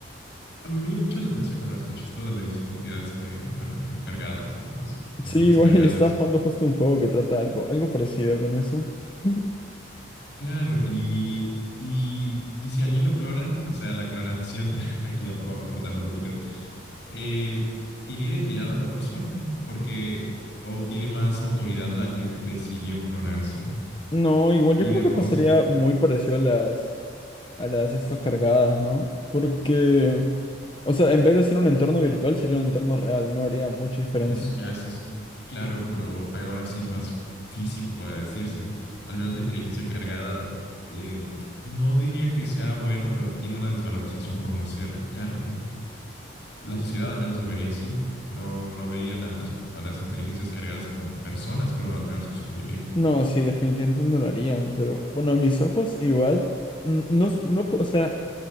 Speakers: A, on the left (about 65°); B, on the left (about 25°).
A: A mí me llamó mucho la atención cuando escuché esto de las identidades que, bueno, eh, cargadas, ¿no? Las, las
B: Sí,
A: mentes
B: bueno,
A: cargadas.
B: <laughs> yo estaba jugando justo un juego que trata algo, algo parecido con eso. <laughs>
A: Claro, y, y, y si alguien lo clonan, o sea, la clonación, <laughs> aquí a- a- aportando un poquito, el- tiene identidad la otra persona, porque o tiene más autoridad la que decidió clonarse.
B: No, igual
A: Y
B: yo creo
A: de,
B: que
A: o-
B: pasaría muy parecido a las... a las estas cargadas, ¿no? Porque, o sea, en vez de ser un entorno virtual, sería un entorno real, no haría mucha diferencia.
A: Y eso ya, eso es claro, pero ahora sí es más físico, para decirse. Al menos la inteligencia cargada, eh, no diría que sea bueno, pero tiene una desvalorización por no ser carne, ¿no? La sociedad al menos lo vería así. No, no verían a las, a las inteligencias cargadas como personas, creo, al menos en su mayoría.
B: No, sí, definitivamente no lo harían, pero bueno, a mis ojos igual, n- no, s- no, po- o sea,